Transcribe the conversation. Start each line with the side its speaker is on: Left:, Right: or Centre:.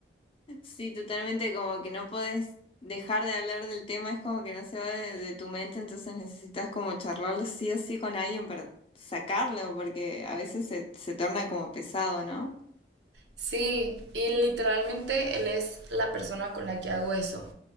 Left: Sí, totalmente, como que no podés dejar de hablar del tema, es como que no se va de, de tu mente, entonces necesitas como charlarlo sí o sí con alguien para sacarlo, porque a veces se, se torna como pesado, ¿no?
Right: Sí, y literalmente él es la persona con la que hago eso.